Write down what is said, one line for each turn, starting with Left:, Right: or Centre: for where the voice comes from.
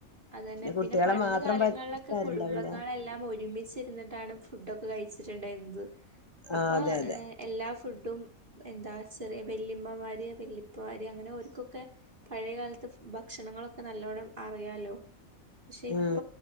Right: അതന്നെ
Left: കുട്ടികളെ
Right: പിന്നെ പണ്ട്
Left: മാത്രം
Right: കാലങ്ങളിലൊക്കെ
Left: പറ്റിക്കാറുണ്ടാവില്ല.
Right: കുടുംബങ്ങളെല്ലാം ഒരുമിച്ച് രുന്നിട്ടാണ് ഫുടൊക്കെ കഴിച്ചിട്ടുണ്ടായിരുന്നത് അപ്പൊ
Left: ആഹ് അതെ അതെ
Right: എല്ലാ ഫുഡും എന്താ ചെറിയ വല്ലിമ്മമാര് വല്ലിപ്പമാര് അങ്ങനെ ഓര്ക്കൊക്കെ പഴയകാലത്തെ ഭക്ഷണങ്ങളൊക്കെ നല്ലോണ്ണം അറിയാലോ പക്ഷെ ഇപ്പ
Left: ഉം